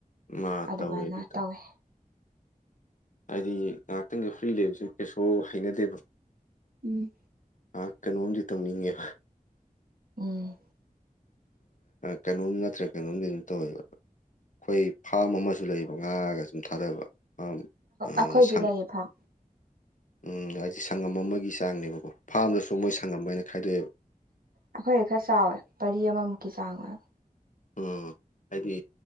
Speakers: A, on the left (about 60°); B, on the right (about 90°).
A: ꯃꯥ
B: ꯑꯗꯨꯃꯥꯏꯅ
A: ꯇꯧꯋꯦ ꯑꯗꯨ
B: ꯇꯧꯋꯦ
A: ꯍꯥꯏꯗꯤ ꯉꯥꯏꯍꯥꯛꯇꯪꯒ ꯐ꯭ꯔꯤ ꯂꯩꯕꯁꯨ ꯀꯩꯁꯨ ꯍꯩꯅꯗꯦꯕ
B: ꯎꯝ
A: ꯑ ꯀꯩꯅꯣꯝꯁꯤ ꯇꯧꯅꯤꯡꯉ
B: ꯎꯝ <inaudible>
A: ꯀꯩꯅꯣꯝ ꯅꯠꯇ꯭ꯔꯦ ꯀꯩꯅꯣꯝꯗꯤ ꯑꯗꯨꯝ ꯇꯧꯋꯕ ꯑꯩꯈꯣꯏ ꯐꯥꯝ ꯑꯃꯁꯨ ꯂꯩꯕ ꯉꯥꯔꯒ ꯁꯨꯝ ꯊꯥꯗꯕ ꯐꯥꯝ ꯑꯥ
B: ꯑꯈꯣꯏ
A: ꯁꯪ
B: ꯂꯥꯏꯌꯦꯐꯥꯎ
A: ꯎꯝ ꯍꯥꯏꯗꯤ ꯁꯪꯉꯝ ꯑꯃꯒꯤ ꯆꯥꯡꯅꯦꯕꯀꯣ ꯐꯥꯔꯝꯗꯁꯨ ꯃꯣꯏ ꯁꯪꯉꯝ ꯍꯥꯏꯅ ꯈꯥꯏꯗꯣꯛꯑꯦꯕ
B: ꯑꯩꯈꯣꯏꯅ ꯈꯔ ꯆꯥꯎꯋꯦ ꯄꯔꯤ ꯑꯃꯃꯨꯛꯀꯤ ꯆꯥꯡ ꯑꯣꯏꯕ
A: ꯎꯝ ꯍꯥꯏꯗꯤ